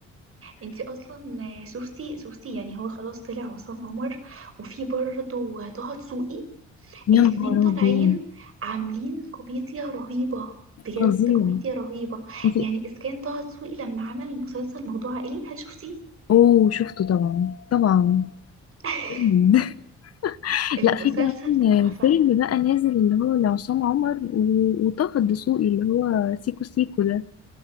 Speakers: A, on the right (about 45°); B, on the left (about 55°).
A: انتي اصلا شفتي شفتي يعني هو خلاص طلع عصام عمر وفي برضه طه دسوقي
B: يا
A: الاتنين
B: نهار
A: طالعين
B: أبيض
A: عاملين كوميديا رهيبة بجد
B: فظيع
A: كوميديا رهيبة
B: انت
A: يعني اذا كان طه دسوقي لما عمل مسلسل موضوع عائلي هل شفتيه
B: اوه شفته طبعا طبعا <laughs>
A: <laughs> المسلسل
B: لا في كمان
A: ده تحفة
B: فيلم بقى نازل اللي هو لعصام عمر و- وطه الدسوقي اللي هو سيكو سيكو ده